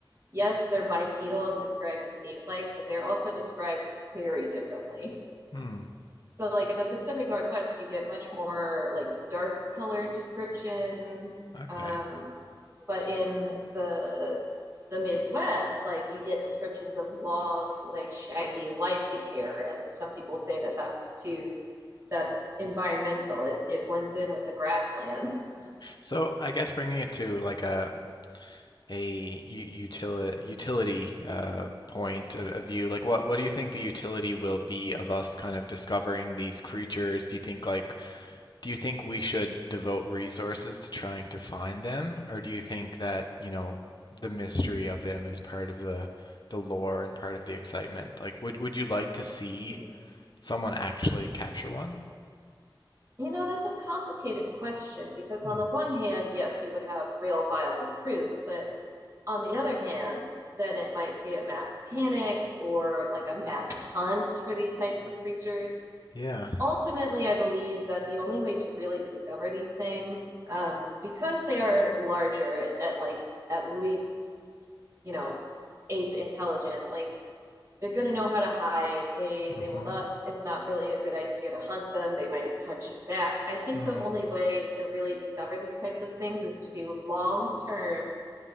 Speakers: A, on the right; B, on the left.
A: yes, they're bipedal and described as ape-like, but they're also described very differently.
B: Hmm.
A: So, like in the Pacific Northwest, you get much more like dark colored descriptions.
B: Okay.
A: Um, but in the the Midwest, like you get descriptions of long, like shaggy light hair, and some people say that that's too that's environmental. It it blends in with the grasslands.
B: So I guess bringing it to like a a utility utility uh, point of, of view, like what what do you think the utility will be of us kind of discovering these creatures? Do you think like do you think we should devote resources to trying to find them, or do you think that, you know, the mystery of them is part of the the lore and part of the excitement? Like would would you like to see
A: Hmm.
B: Someone actually capture one?
A: You know, that's a complicated question because,
B: Hmm.
A: on the one hand, yes, we would have real viable proof, but on the other hand, then it might create a mass panic or like a mass hunt for these types of creatures.
B: Yeah.
A: Ultimately, I believe that the only way to really discover these things, um, because they are larger and like at least, you know, ape intelligent, like they're going to know how to hide they they
B: Mm-hmm.
A: will not it's not really a good idea to hunt them they might hunt you back i think
B: Mm.
A: the only way to really discover these types of things is to do long term